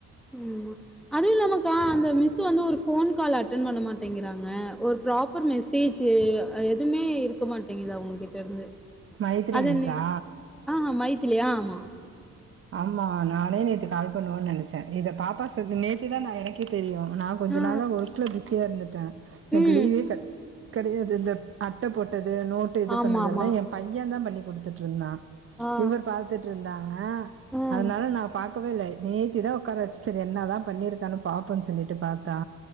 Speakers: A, in the centre; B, on the right (about 45°).
A: ம்மா அது இல்லாமக்கா அந்த மிஸ்சு வந்து ஒரு ஃபோன் கால் அட்டென் பண்ண மாட்டேங்கிறாங்க ஒரு ப்ராப்பர் மெசேஜ்ஜு எதும்மே க்க மாட்டிங்குதா அவுங்க கிட்ட இருந்து
B: மைதிலி
A: அது
B: மிஸ்ஸா
A: என்ன ஆ மைத்திலி ஆ ஆமா
B: ஆமா நானே நேத்து கால் பண்ணுன் நெனச்சே இத பாப்பா சொ நேத்து தா நா எனக்கே தெரியு நா கொஞ்ச
A: ஆ
B: நாளா ஒர்க்குல பிஸியா இருந்துட்டே எனக்கு
A: ம்
B: லீவே கெ கெடையாதுல்ல அட்ட போட்டது நோட்டு இது
A: ஆமா
B: பண்ணதெல்லா
A: ஆமா
B: எ பைய தா பண்ணி குடுத்துட்ருந்தா
A: ஆ
B: இவர் பாத்தட் இருந்தாங்க
A: ஆ
B: அதனால
A: ம்
B: நா பாக்கவே இல்ல நேத்திதா ஒக்கார வச்சு சரி என்ன தா பண்ணிருக்கான்னு பாப்போன் சொல்லிட் டு பாத்தா